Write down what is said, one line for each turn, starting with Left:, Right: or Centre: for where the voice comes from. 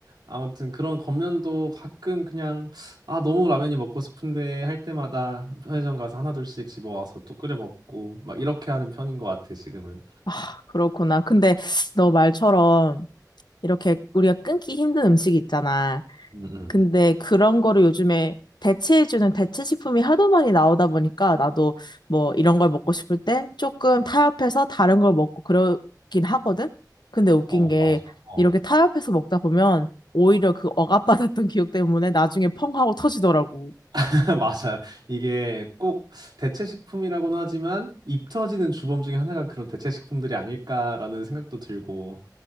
Right: 아무튼 그런 겉면도 가끔 그냥 아 너무 라면이 먹고 싶은데 할 때마다 편의점 가서 하나둘씩 집어와서 또 끓여 먹고 막 이렇게 하는 편인 것 같아 지금은.
Left: 아, 그렇구나. 근데 너 말처럼 이렇게 우리가 끊기 힘든 음식 있잖아.
Right: 음, 음.
Left: 근데 그런 거를 요즘에 대체해주는 대체 식품이 하도 많이 나오다 보니까 나도 뭐 이런 걸 먹고 싶을 때 조금 타협해서 다른 걸 먹고 그러긴 하거든? 근데 웃긴
Right: 어
Left: 게
Right: 맞아. 어
Left: 이렇게 타협해서 먹다 보면 오히려 그 억압받았던 <laughs> 기억 때문에 나중에 펑 하고 터지더라고.
Right: <laughs> 맞아. 이게 꼭 대체 식품이라고는 하지만 입 터지는 주범 중에 하나가 그런 대체 식품들이 아닐까라는 생각도 들고